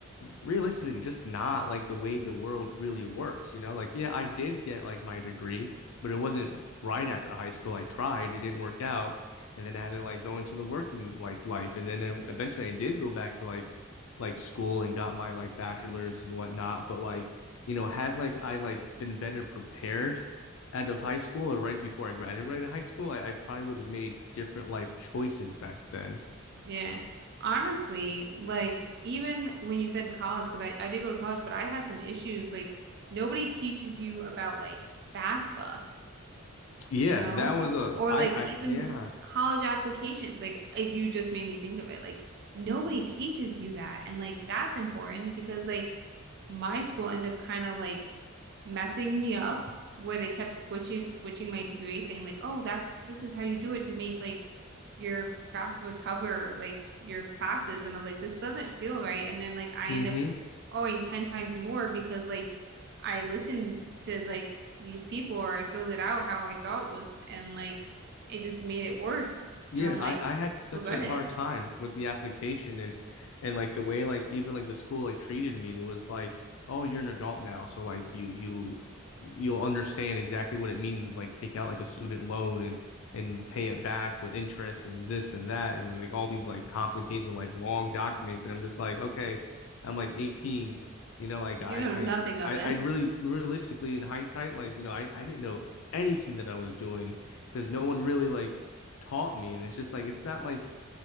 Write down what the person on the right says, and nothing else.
Yeah. Honestly, like even when you said college, because I, I did go to college, but I had some issues. Like nobody teaches you about like FAFSA
you know?
Or
like even
college applications. Like I- you just made me think of it. Like nobody teaches you that. And like that's important because like my school ended up kind of like messing me up where they kept switching switching my degree saying like, "Oh, that this is how you do it to make like your FAFSA cover like your classes." And I was like, "This doesn't feel right." And then like I
end up owing 10 times more because like I listened to like these people or I filled it out how I thought was and like it just made it worse.
And I'm like,
regret
it.
You
know nothing of
this.